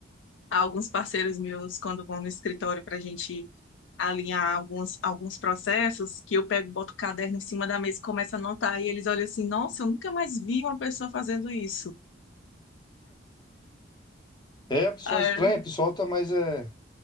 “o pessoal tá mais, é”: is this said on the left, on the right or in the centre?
Left